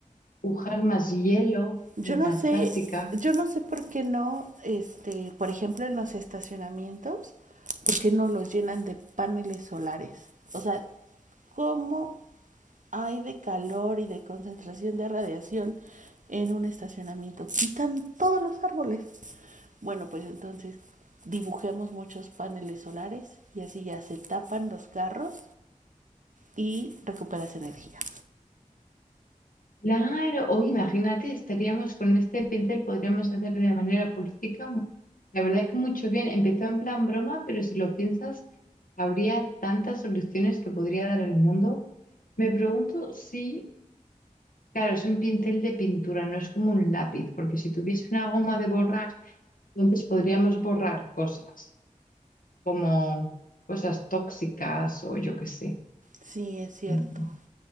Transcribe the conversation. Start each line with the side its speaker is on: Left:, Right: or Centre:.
Left: Pujar más hielo
Right: Yo
Left: en
Right: no
Left: la
Right: sé,
Left: Antártica.
Right: yo no sé por qué no, este, por ejemplo, en los estacionamientos, por qué no los llenan de paneles solares. O sea, ¿cómo hay de calor y de concentración de radiación en un estacionamiento? Quitan todos los árboles. Bueno, pues entonces dibujemos muchos paneles solares y así ya se tapan los carros y recuperas energía.
Left: Claro, o imagínate, estaríamos con este pincel, podríamos hacer de manera política, mu- la verdad que mucho bien. Empezó en plan broma, pero si lo piensas, habría tantas soluciones que podría dar al mundo. Me pregunto si, claro, es un pincel de pintura, no es como un lápiz, porque si tuviese una goma de borrar, entonces podríamos borrar cosas, como cosas tóxicas o yo qué sé.
Right: Sí, es cierto.
Left: mm,